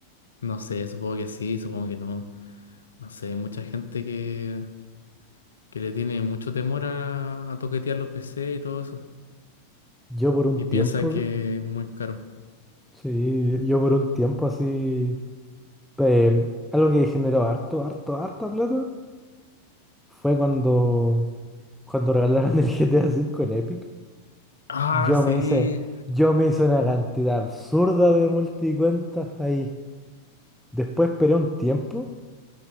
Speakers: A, on the left; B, in the centre.
A: No sé, supongo que sí, supongo que no. No sé, mucha gente que que le tiene mucho temor a, a toquetear los PC y todo eso.
B: Yo por un
A: Y piensa
B: tiempo,
A: que es muy caro.
B: sí, yo por un tiempo así, eh, algo que generó harto, harto, harta plata fue cuando, cuando regalaron el GTA V en Epic.
A: Ah,
B: Yo
A: sí.
B: me hice, yo me hice una cantidad absurda de multicuentas ahí. Después esperé un tiempo